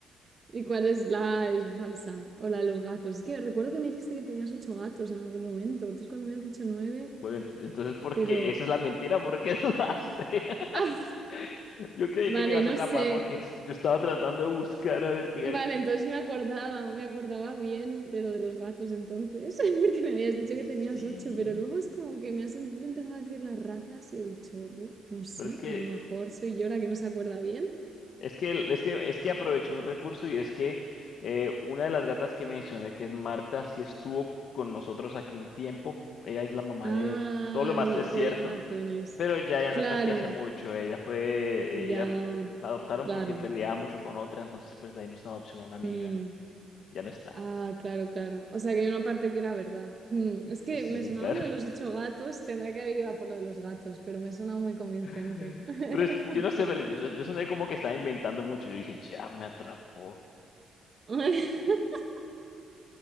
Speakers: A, on the right; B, on the left.
A: ¿Y cuál es la es falsa? O la de los gatos. Es que recuerdo que me dijiste que tenías ocho gatos en algún momento. Entonces cuando me has dicho nueve,
B: Bueno, ent- entonces, ¿por
A: pero...
B: qué? Esa es la mentira, ¿por qué <laughs> dudaste?
A: ¡Ah!
B: <laughs> Yo creí
A: Vale,
B: que me ibas
A: no
B: a atrapar
A: sé.
B: porque es- yo estaba tratando de buscar a ver qué...
A: Vale,
B: eh,
A: entonces me acordaba, me acordaba bien de lo de los gatos entonces, <laughs> porque me habías dicho que
B: Sí,
A: tenías ocho, pero luego es como que me has em- empezado a decir las razas y he dicho, uff, no sé,
B: pero es que
A: a lo mejor soy yo la que no se acuerda bien.
B: Es que, es que, es que aproveché un recurso y es que eh, una de las gatas que mencioné, que es Marta, sí estuvo con nosotros aquí un tiempo. Ella es la mamá
A: Ay,
B: de todo lo más <laughs> es cierto,
A: pero ya no la tienes.
B: pero ya, ya
A: Claro,
B: no está aquí hace mucho. Ella fue,
A: ya,
B: e-, ella fu- la adoptaron
A: claro.
B: porque peleaba mucho con otra, entonces pues le dimos una adopción a una amiga.
A: Mm,
B: Ya no está.
A: Ah, claro, claro. O sea que hay una parte que era verdad. Mm, Es
B: Eh,
A: que
B: Sí,
A: me sonaba
B: claro.
A: lo de los ocho gatos, tendría que haber ido a por lo de los gatos, pero me sonaba muy convincente.
B: <laughs>
A: <laughs>
B: Pero es, que yo
A: Ok.
B: no sé, pero yo, yo, yo soné como que estaba inventando mucho. Yo dije, ya me atrapó.
A: <laughs>